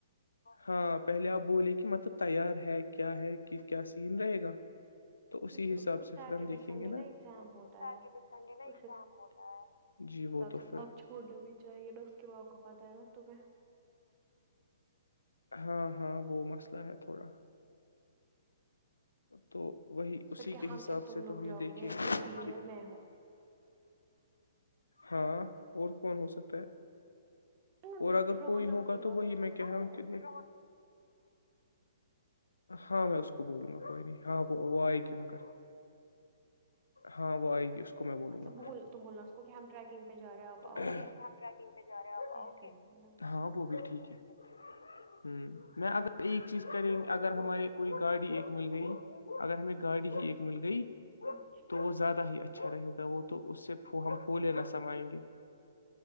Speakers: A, on the left; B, on the right.
A: ہاں پہلے آپ بولے کہ مطلب تیار ہے کیا ہے کس کیا سین رہے گا تو اسی
B: کیونکہ
A: حساب
B: اس کو سیٹرڈے
A: سے پھر ہم دیکھیں
B: سنڈے
A: گے
B: نا
A: ناٹر
B: ایگزام ہوتا ہے
A: سنےا
B: اس
A: جی
B: حساب
A: وہ توھر
B: سے آپ چھوڑنا بھی چاہیے نا اس کے باپ کو پتہ ہے نا تمہیں
A: ہاں ہاں وہ مسئلہ ہے تھوڑا تو وہی اسی
B: پھر کیا
A: کے
B: ہم
A: حساب
B: کیا تم
A: سے
B: لوگ
A: تو ہمیں
B: جاؤ
A: دیکھیے
B: گے
A: گا
B: تم تین
A: کہ
B: اور میں ہوں
A: ہاں اور کون ہو سکتا ہے
B: ہوں
A: اور اگر
B: رونق
A: کوئی ہوگا
B: کو
A: تو
B: لاؤ
A: وہی
B: رونق
A: میں کہہ رہا
B: کو
A: ہوں
B: لاؤ
A: کہ دیکھ ہاں میں اس بولوں گا کوئی نہیں ہاں وہ آئے گی مگر ہاں وہئے گی اس میں بولوں
B: مطلب
A: گاا
B: بول تو بولنا اس کو کہ ہم ٹریکنگ پہ جا رہے ہیں آپ آؤ
A: رہے
B: گے ایسے بولنا
A: ہاں وہ بھی ٹھیک ہے ہوں میں اگر ایک چیز کریں گے اگر ہمارے کوئی گاڑی ایکک مل گئی اگر ہمیں گاڑی ہی ایکک مل گئی
B: ٹھیک
A: تو وہ زیادہ ہی اچھا رہے گا وہ تو اس سے ہم پھ لے نہ سمائیں گے